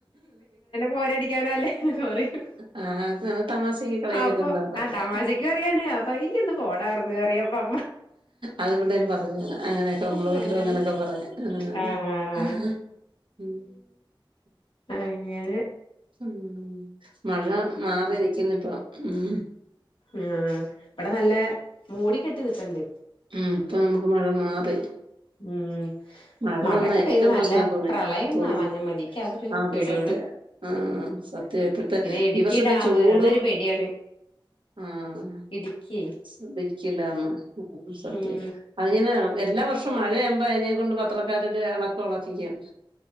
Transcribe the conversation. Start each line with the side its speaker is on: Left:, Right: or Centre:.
Left: പോരടിക്കാനല്ലേ പറയും
Right: ആ അങ്ങനെ തമാശക്ക് കളിയാക്കുന്നതാ
Left: അപ്പൊ
Right: അതൊക്കെ
Left: ആ തമാശക്ക് പറയാണ് അപ്പൊ ഇയ്യ് ഒന്ന് പോടാ അവിടുന്ന് പറയും അപ്പൊ
Right: അതിവിടേം പറയും അങ്ങനെ അങ്ങനെയൊക്കെ നമ്മള
Left: അമ്മ
Right: വീട്ടിലും അങ്ങനൊക്കെ പറയും <unintelligible>
Left: ആഹ് അയ്യേ
Right: ഉം മഴ മാറി നൽക്കുന്നു ഇപ്പം ഉം
Left: ആ ഇവിടെ നല്ല മൂടി കെട്ടി നിൽക്കണണ്ട്
Right: ഉം ഇപ്പോ നമ്മക് മഴ മാറി.
Left: ഉം
Right: മഴ
Left: മഴൊക്കെ
Right: വന്നാൽ
Left: പെയ്ത്
Right: ഏറ്റവും
Left: നല്ല
Right: പ്രശ്നം തുണി
Left: പ്രളയംന്നാ
Right: തുണി
Left: പറഞ്ഞാ മതി ഇക്ക് അതൊരു
Right: അത്
Left: പേടിയൊള്ളു
Right: സത്യാ സത്യം ഇപ്പോഴത്തെ
Left: പിന്നെ ഇടുക്കി
Right: ഈ വർഷത്തെ
Left: ഡാം
Right: ചൂട്
Left: അതൊരു പേടിയാണ്
Right: ഉം
Left: ഇടുക്കി
Right: ഇടുക്കി ഡാമു അത് സത്യാ
Left: ഉം
Right: അതിങ്ങനെ എല്ലാം ഈ വർഷം മഴയാകുമ്പോ അതിനെ കൊണ്ട് പത്ത് അവക്കടതു ഇളക്കമുള്ള ചിരിയാ